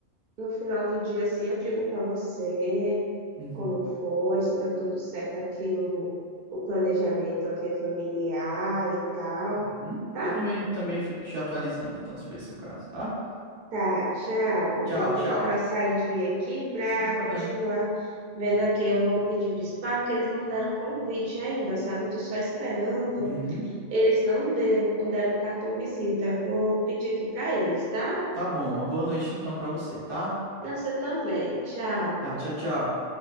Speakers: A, on the right; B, on the right.
A: no final do dia, assim, eu digo para você.
B: Uhum,
A: como foi, se deu tudo certo aqui o, o planejamento aqui familiar e tal.
B: uhum.
A: Tá?
B: Eu também, também fico te atualizando, então, se for esse o caso, tá?
A: Tá, tchau.
B: Tchau,
A: Eu vou
B: tchau.
A: ter que dar uma saidinha aqui para
B: Sem problema.
A: continuar vendo aqui. Eu vou pedir despacho, porque eles não deram convite ainda, sabe? Eu tô só esperando.
B: Uhum.
A: Eles não deram, não deram cartão visita. Eu vou pedir aqui para eles, tá?
B: Tá bom, uma boa noite então pra você, tá?
A: Pra Você também. Tchau.
B: Tá, tchau, tchau.